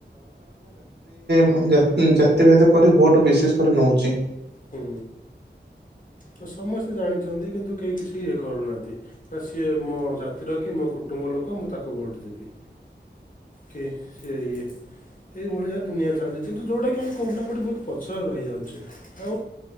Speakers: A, on the right (about 65°); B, on the left (about 45°).
A: ଓଂଜାତି ଭେଦ କରି ଭୋଟ ବିଶେଷ କରି ନଉଛି।
B: ହୁଁ ତ ସମସ୍ତେ ଜାଣିଛନ୍ତି କିନ୍ତୁ କେହି କିଛି ଇଏ କରୁନାହାନ୍ତି ନା ସିଏ ମୋ ଜାତିର କି ମୋ କୁଟୁମ୍ବ ଲୋକ ମୁଁ ତାକୁ ଭୋଟ ଦେବି। କି ସିଏ ଇଏ ଏଇଭଳିଆ ଦୁନିଆ ଚାଲିଛି ଯୋଉଟା କିି ଆମେ କୋଉଠି ନା କୋଉଠି ବହୁତ ପଛରେ ରହିଯାଉଛେ। ଆଉ